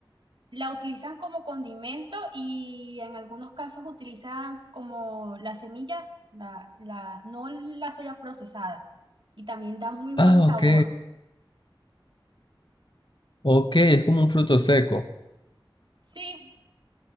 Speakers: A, on the right; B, on the left.
A: La utilizan como condimento y en algunos casos utilizan como la semilla, la, la, no la soya procesada. Y también da muy buen
B: Ah,
A: sabor.
B: ok. Ok, es como un fruto seco.
A: Sí,